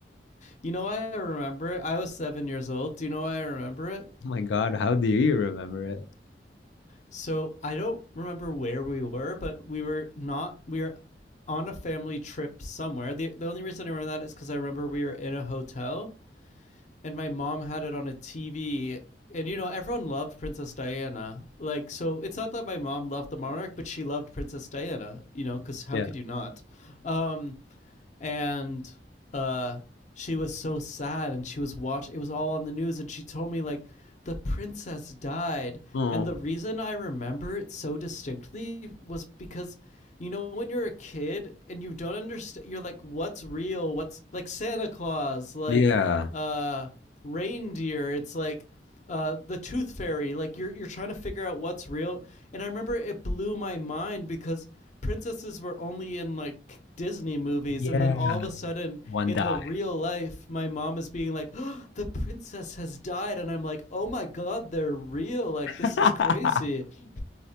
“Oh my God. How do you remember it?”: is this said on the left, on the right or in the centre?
Left